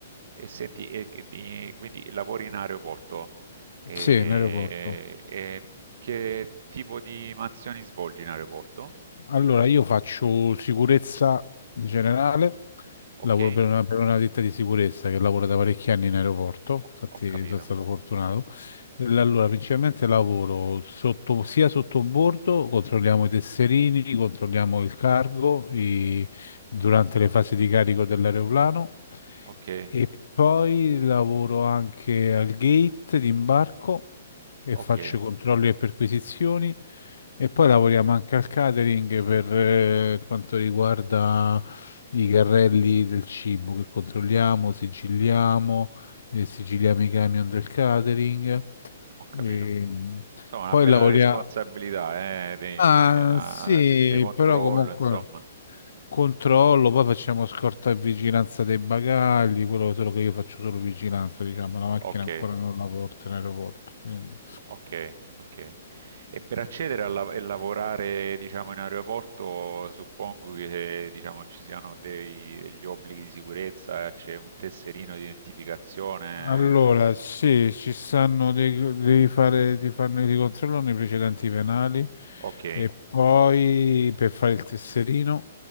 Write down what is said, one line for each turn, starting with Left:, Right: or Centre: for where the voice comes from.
Right: E senti, e che di- quindi lavori in aeroporto, e,
Left: Sì, in aeroporto.
Right: e che tipo di mansioni svolgi in aeroporto?
Left: Allora, io faccio sicurezza in generale,
Right: Ok?
Left: lavoro per una, per una ditta di sicurezza che lavora da parecchi anni in aeroporto,
Right: Ho,
Left: infatti
Right: ho capito.
Left: sono stato fortunato. E Allora, principalmente lavoro sotto, sia sotto bordo, controlliamo i tesserini, controlliamo il cargo i- durante le fasi di carico dell'aeroplano
Right: Ok,
Left: e poi lavoro anche al gate di imbarco e
Right: ok.
Left: faccio controlli e perquisizioni. E poi lavoriamo anche al catering per eh, quanto riguarda i carrelli del cibo che controlliamo, sigilliamo, eh, sigilliamo i camion del catering.
Right: Ho capito.
Left: E
Right: Insomma, una
Left: poi
Right: bella
Left: lavoriamo.
Right: responsabilità, eh,
Left: Ah,
Right: di, ah,
Left: sì,
Right: di- di controllo,
Left: però comunque
Right: insomma.
Left: controllo, poi facciamo scorta e vigilanza dei bagagli, quello solo che io faccio solo vigilanza, diciamo, la macchina
Right: Ok,
Left: ancora non la porto in aeroporto. quindi.
Right: Ok, ok. E per accedere a la- e lavorare, diciamo, in aeroporto, suppongo che, diciamo, ci siano dei- degli obblighi di sicurezza, c'è un tesserino di identificazione.
Left: Allora, sì, ci stanno dei, devi fare, ti fanno i controllano i precedenti penali
Right: Ok,
Left: e poi per fare il tesserino,